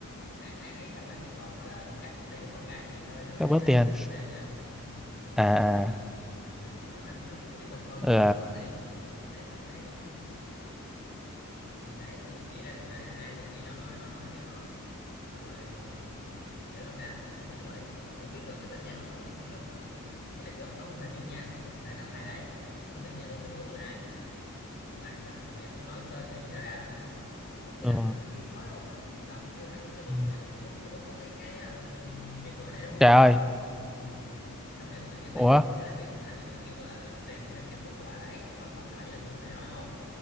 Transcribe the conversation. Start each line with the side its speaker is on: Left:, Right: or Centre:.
Left: ai ai ấy xong rồi cái còn gọi là cắt mất tiền của con cái thì hơi hơi
Centre: các
Left: ấy
Centre: bớt
Left: là
Centre: tiền
Left: hơi là vấn đề nha ừ.
Centre: à à
Left: nên là đấy chứ không phải nếu mình nếu bình thường
Centre: ừ
Left: thì tôi đâu nói làm gì đấy xong cái gì đấy xong cái chỉ ra cái người đấy là ai này kia nói nói nói nói này nọ xong rồi kiểu năm nay là nói chung là kiểu biết được cái tin nhắn biết được ý là kiểu ông, ông hình dung nha là cái ông thầy đấy không biết mẹ tôi không biết bố tôi là ai mà chỉ cần mẹ tôi nói tên hay gì đó ra là ông một ông ý
Centre: ừ
Left: là không chưa có nói luôn là ông đưa thẳng cho tôi
Centre: ừ.
Left: cái mẹ tôi cái phút Facebook của cái cái um, cái người đấy luôn
Centre: trời ơi
Left: xong ừ. xong mẹ tôi mới kêu về
Centre: ủa
Left: cái, cái là mẹ ý là mẹ tôi kêu tôi là tìm xem cái Facebook của bà đấy coi có phải là như ông thầy nói không